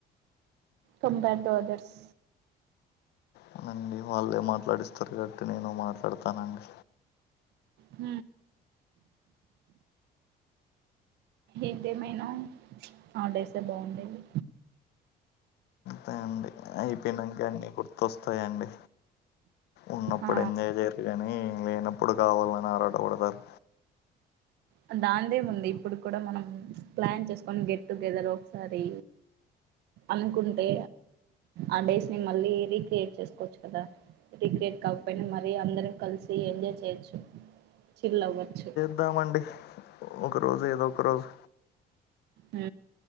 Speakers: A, on the right; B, on the left.
A: కంపేర్ టు అదర్స్
B: అవునండి వాళ్ళే మాట్లాడిస్తారు గబట్టి నేను మాట్లాడతానండి
A: హ ఏదేమైనా ఆడేస్తే బాగుండేది
B: అంత అయిపోయినాక అన్న గుర్తొస్తాయిండి ఉన్నప్పుడు
A: ఆ
B: ఎంజాయ్ చేయరు కానీ ఎన్నప్పుడు కావాల ఆరాట కొడతారు
A: అ దాదే ఉంది ఇప్పుడు కూడా మనం ప్లాన్ చేసుకొని గెట్ టుగెదర్ ఒకసారి అనుకుంటే ఆ డేస్ ని మళ్ళీ రీక్రియేట్ చేసుకోవచ్చు కదా రీక్రియేట్ కాకపోయినా మరీ అందరం కలిసి ఎంజాయ్ చేయొచ్చు చిల్ అవ్వచ్చు
B: వద్దామండి ఒకరోజు ఏదో ఒక రరోజు
A: ఆ